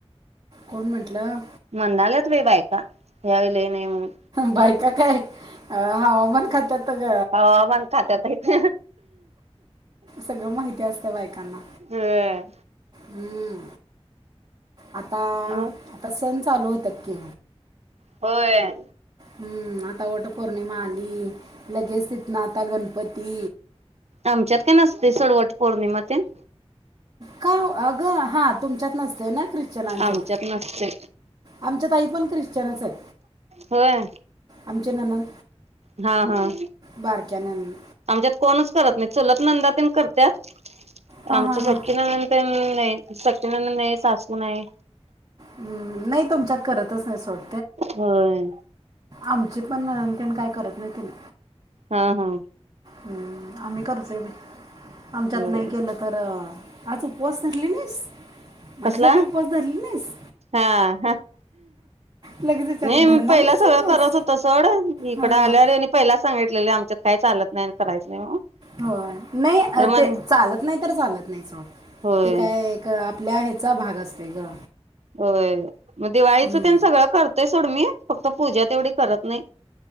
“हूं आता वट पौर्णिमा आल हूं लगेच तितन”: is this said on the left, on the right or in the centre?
Right